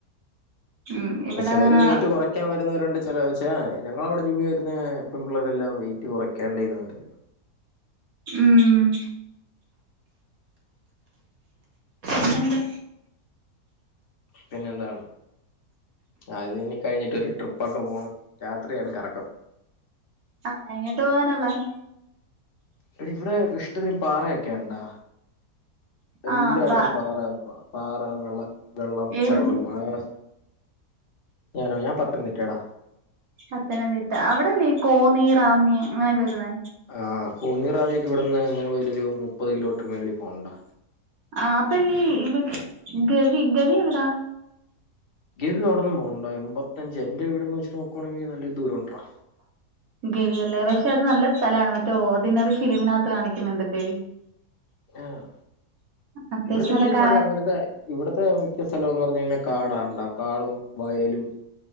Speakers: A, on the right; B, on the left.
A: ഉം ഇവിടെ
B: ക്ഷേ ചെലര്
A: അങ്ങനെ
B: വെയിറ്റു കുറയ്ക്കാ വരുന്നവരുണ്ട് ചില ച് ആഹ് ഞങ്ങളവിടെ ജിമ്മി വരുന്നേ പെൺമ്പിള്ളേരെല്ലാം വെയിറ്റ് കുറയ്ക്കേണ്ട ഇതാ വരുന്നേ
A: ഉം പിന്നെന്താ
B: പിന്നെന്താണ് അതിനി കഴിഞ്ഞിട്ടൊരു ട്രിപ്പൊക്കെ പോണം രാത്രിയാണ് കറക്കം
A: ആഹ് എങ്ങാട്ട് പോവാനാ പ്ലാൻ
B: എടെ ഇവിടെ ഇഷ്ട്ടത്തിന് പാറയൊക്കെയൊണ്ടോ എല്ലാടത്തും
A: ആഹ് അപ്പ
B: പാറ പാറ വെള്ള വെള്ളം
A: ഏത്
B: ചട്ടം
A: ജില്ല
B: ആഹ് ഞാനോ ഞാൻ പത്തനംതിട്ടെടാ
A: പത്തനംതിട്ട അവിടല്ലേ ഈ കോന്നി റാന്നി അങ്ങനൊക്കെ വരുന്നേ
B: ആഹ് കോന്നി റാന്നി ഒക്കെ ഇവിടുന്ന് എങ്ങനെ പോയാലുമൊരു മുപ്പത് കിലോമീറ്റർ മേളിൽ പോണം ടാ
A: ആഹ് അപ്പ ഈഹ് ഗവി ഗവി എവിടാ
B: ഗവി അവിടൊന്നും പോണ്ടാ എമ്പത്തഞ്ച് എന്റെ വീടെന്ന് വെച്ച് നോക്കുവാണെങ്കി നല്ലൊരു ദൂരം ഉണ്ട്രാ
A: <unintelligible> ഗവി അല്ലേ പക്ഷെ അത് നല്ല സ്ഥലാണ് മറ്റേ ഓർഡിനറി ഫിലിമിനകത്ത് കാണിക്കുന്നുണ്ട് ഗവി
B: ആഹ്
A: അത്യാവശ്യം
B: ഇവിടുത്തെ
A: നല്ല
B: മിക്ക
A: കാ
B: സ്ഥലവും അങ്ങനത്തെ ഇവിടുത്തെ മിക്ക സ്ഥലം എന്നു പറഞ്ഞ് കഴിഞ്ഞാ കാടാണ്‌ടാ കാടും വയലും